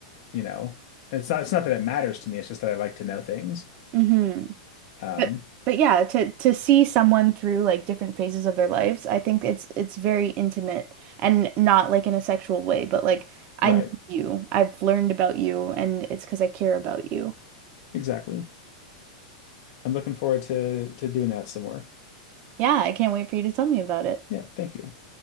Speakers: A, on the left; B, on the right.
A: you know. And it's not it's not that it matters to me, it's just that I like to know things.
B: hmm
A: Um,
B: But but yeah, to to see someone through like different phases of their lives, I think it's it's very intimate and not like in a sexual way, but like I
A: right.
B: know you, I've learned about you, and it's because I care about you.
A: Exactly. I'm looking forward to to doing that some more.
B: Yeah, I can't wait for you to tell me about it.
A: Yeah, thank you.